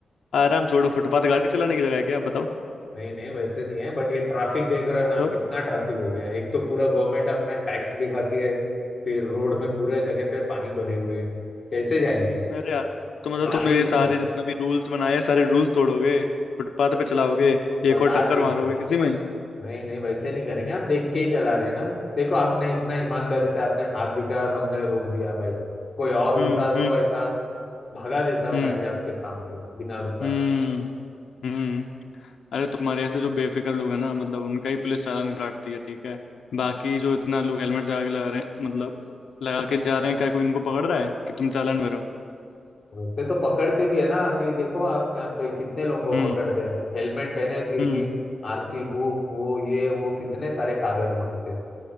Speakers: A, on the left; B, on the left.
A: आराम छोड़ो फुटपाथ गाड़ी चलाने की जगह है क्या बताओ
B: नहीं नहीं वैसे नहीं है बट ये ट्रैफिक देख रहे हो ना
A: तो
B: कितना ट्रैफिक हो गया है एक तो पूरा गवर्नमेंट अपना टैक्स भी खाती है फिर रोड में पूरे जगह पे पानी भरे हुए है कैसे जाएंगे
A: अरे यार तो मतलब
B: ट्रैफिक
A: तुम ये
B: ही
A: सारे
B: tra-
A: जितना भी रूल्स बनाए हैं, सारे रूल्स तोड़ोगे फुटपाथ पे चलाओगे
B: बस
A: एक और
B: आज
A: टक्कर
B: एक
A: मारोगे
B: तो
A: किसी में
B: नहीं नहीं वैसे नहीं करेंगे हम देख के ही चला रहे हैं ना देखो आपने इतना ईमानदारी से आपने हाथ दिखाया और हमने रोक दिया भाई कोई और
A: हम्म
B: होता तो
A: हम्म
B: ऐसा भगा देता
A: हम्म
B: गाड़ी आपके सामने बिना रुकाए
A: हम्म हम्म अरे तुम्हारे ऐसे जो बेफिक्र लोग हैं ना मतलब उनका ही पुलिस चालान काटती है ठीक है बाकी जो इतना लोग हेलमेट लगा के लगा रहे हैं मतलब लगा के जा रहे हैं क्या कोई इनको पकड़ रहा है कि तुम चालान भरो
B: वैसे तो पकड़ते भी है ना अभी देखो आप यहाँ पे कितने लोगों
A: हम्म
B: को पकड़ते हैं हेलमेट पहने फिर
A: हम्म
B: भी आरसी बुक वो ये वो कितने सारे कागज मांगते हैं